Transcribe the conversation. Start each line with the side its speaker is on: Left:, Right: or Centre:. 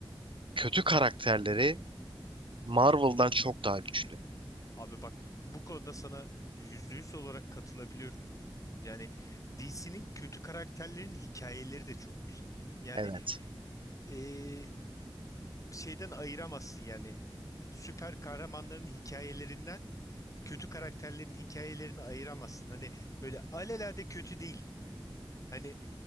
Right: kötü karakterleri Marvel'dan çok daha güçlü.
Left: Abi bak bu konuda sana yüzde yüz olarak katılabiliyorum. Yani DC'nin kötü karakterlerin hikayeleri de çok güzel. Yani
Right: Evet.
Left: eee, şeyden ayıramazsın yani süper kahramanların hikayelerinden kötü karakterlerin hikayelerini ayıramazsın. Hani böyle alelade kötü değil. Hani